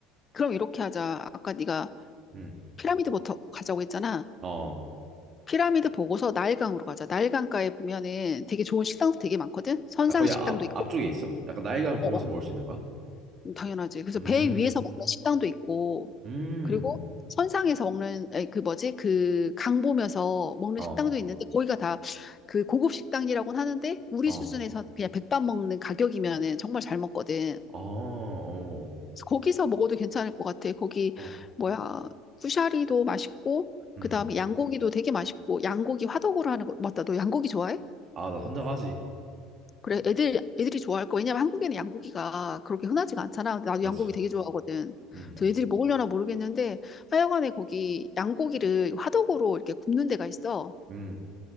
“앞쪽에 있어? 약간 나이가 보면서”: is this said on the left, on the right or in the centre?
Right